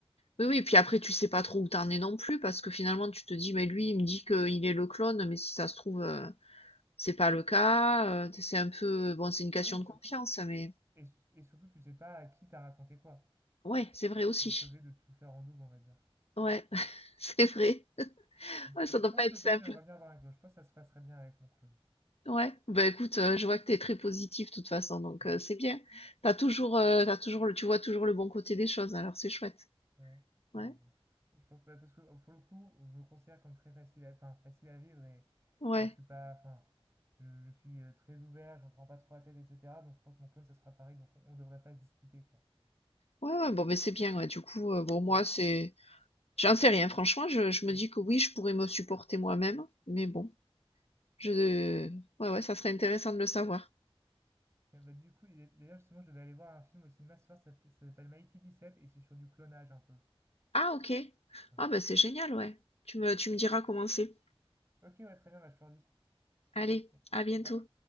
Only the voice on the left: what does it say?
Oui, oui, puis après, tu sais pas trop où t'en es non plus, parce que finalement, tu te dis, mais lui, il me dit qu'il est le clone, mais si ça se trouve, euh, C'est pas le cas, heu, c'est un peu bon, c'est une question
de
confiance, mais
ouais, c'est vrai aussi.
Ouais, <laughs> c'est vrai.
Ouais, ça
doit
pas
être
simple.
Ouais. Ben écoute, heu, je vois que t'es très positif de toute façon, donc
heu, c'est bien. T'as toujours, heu, tu toujours le tu vois toujours le bon côté des choses, alors c'est chouette.
Ouais.
Ouais.
Ouais, ouais, bon, mais c'est bien, ouais, du coup, heu, bon, moi,
c'est j'en sais rien, franchement, je je
me dis que oui, je pourrais me supporter moi-même, mais bon, je ouais, ouais, ça serait intéressant de le savoir.
Ah OK.
Ah bah c'est génial, ouais. Tu me tu me diras comment c'est.
Allez,
à bientôt.